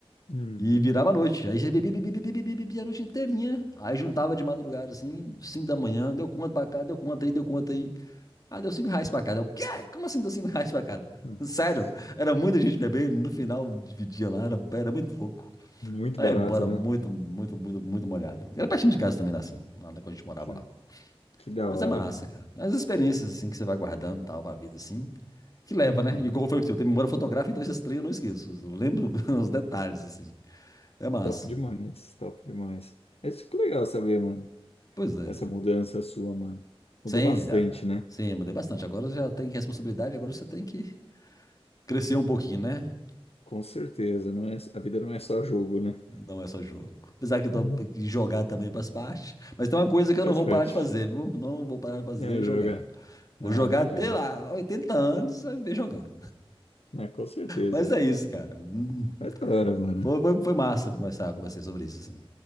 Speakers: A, on the left; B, on the left.
A: Uhum.
B: E virava a noite. Aí a gente bebia, bebia, bebia, bebia, bebia a noite inteirinha. Aí juntava de madrugada, assim, 5 da manhã, deu conta pra cá, deu conta aí, deu conta aí. Ah, deu 5 reais pra cada. Eu, quê? Como assim deu 5 reais pra cada?
A: Nossa.
B: <laughs> Sério, era muita gente bebendo, no final dividia lá, era, era muito louco.
A: Muito
B: Aí
A: barato,
B: embora muito,
A: né?
B: muito, muito, muito molhado. Era pertinho de casa também lá, assim, lá quando a gente morava
A: Que,
B: lá.
A: que da
B: Mas
A: hora,
B: é massa,
A: mano.
B: cara. As experiências, assim, que você vai guardando e tal, pra vida, assim, que leva,
A: Uhum.
B: né? Igual foi o que eu tenho memória fotográfica, então esses três eu não esqueço. Eu lembro <laughs> os detalhes, assim. É massa.
A: Top demais, top demais. É isso que é legal saber, mano.
B: Pois é,
A: Essa
B: Daniel.
A: mudança sua, mano.
B: Sim,
A: Mudou bastante,
B: já-
A: né?
B: sim, mudei bastante. Agora já tem responsabilidade, agora você tem que crescer um pouquinho, né?
A: Com certeza, não é, a vida não é só jogo, né?
B: Não é só jogo. Apesar que eu tô,
A: Uhum.
B: que jogar também faz parte. Mas tem uma coisa que eu
A: Faz
B: não vou
A: parte.
B: parar de fazer, viu? Não vou parar de fazer,
A: É
B: é jogar.
A: jogar.
B: Vou
A: Ah,
B: jogar
A: imagina.
B: até lá, 80 anos, vai ver jogando.
A: Ah, com certeza.
B: Mas é isso, cara. Hum,
A: É da hora, mano.
B: Foi, foi, foi massa conversar com você sobre isso, assim.